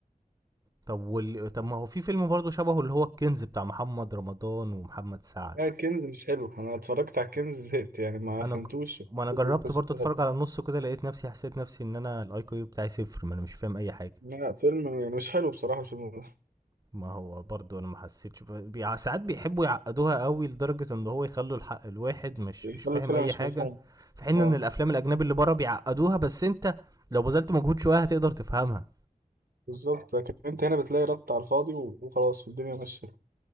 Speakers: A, on the right; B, on the right.
A: طب وال... طب ما هو في فيلم برضه شبهه اللي هو الكنز بتاع محمد رمضان ومحمد سعد
B: لا الكنز مش حلو انا اتفرجت على الكنز زهقت يعني ما
A: انا
B: فهمتوش
A: ج... ما انا
B: فكرته
A: جربت
B: وقصته
A: برضه اتفرج على النص كده لقيت نفسي حسيت نفسي ان انا الاي كيو بتاعي صفر ما انا مش فاهم اي حاجه
B: لا فيلم يعني مش حلو بصراحة الفيلم ده
A: ما هو برضه انا ما حسيتش ب... بي... ساعات بيحبوا يعقدوها قوي لدرجه ان هو يخلوا الحق الواحد مش
B: الفيلم
A: مش فاهم
B: الفيلم
A: اي
B: مش
A: حاجه
B: مفهوم
A: في حين
B: اه
A: ان الافلام الاجنبي اللي بره بيعقدوها بس انت لو بذلت مجهود شويه هتقدر تفهمها
B: بالظبط لكن انت هنا بتلاقي رد على الفاضي و- وخلاص والدنيا ماشية